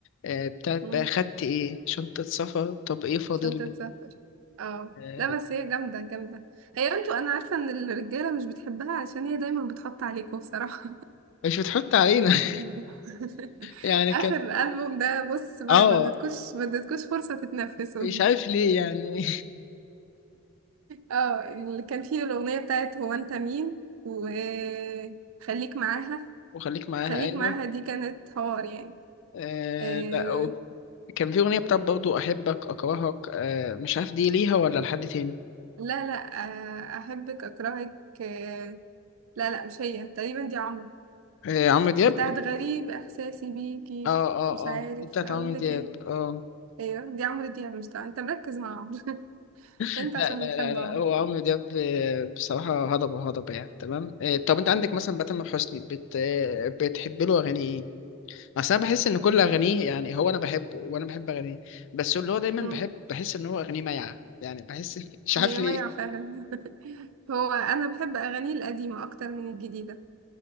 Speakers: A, on the left; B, on the right.
A: آه، بتاعت
B: مم.
A: بقى خدت ايه شنطه سفر طب ايه فاضل
B: شنطه سفر اه
A: آه،
B: لا بس هي جامده جامده هي انتوا انا عارفه ان الرجاله مش بتحبها علشان هي دايما بتحط عليكم بصراحه
A: مش بتحط علينا <laughs>
B: <laughs>
A: يعني
B: اخر
A: كانت
B: ألبوم ده بص ما
A: اه
B: ما اديتكوش ما اديتكوش فرصه تتنفسوا
A: مش
B: <laughs>
A: عارف ليه يعني
B: اه اللي كان فيه الاغنيه بتاعت هو انت مين وخليك معاها
A: <laughs> وخليك معاها
B: خليك
A: ايوه
B: معاها دي كانت حوار يعني
A: آه
B: آه
A: لا و- كان في اغنيه بتاعت برضو احبك اكرهك آه مش عارف دي ليها ولا لحد تاني
B: لا لا آه أحبك أكرهك آه لا لا مش هي تقريبا دي عمرو
A: آه عمرو دياب
B: بتاعت غريب إحساسي بيكي
A: اه اه
B: مش عارف
A: اه دي بتاعت
B: أقول
A: عمرو
B: لك
A: دياب
B: إيه
A: اه
B: أيوه دي عمرو دياب مش طبعا أنت مركز مع عمرو <laughs> أنت
A: لا
B: عشان
A: لا
B: بتحب
A: لا لا
B: عمرو
A: هو عمرو دياب آه، بصراحة هضبة هضبة يعني تمام آه، طب انت عندك مثلا بقى تامر حسني بت... آه، بتحب له اغاني ايه؟ اصل انا بحس ان كل اغانيه يعني هو انا بحبه وانا بحب اغانيه بس اللي هو دايما
B: مم.
A: بحب بحس ان هو اغانيه مايعة يعني بحس <laughs> مش
B: هي
A: عارف ليه
B: ميعة فعلا <laughs> هو أنا بحب أغانيه القديمة أكتر من الجديدة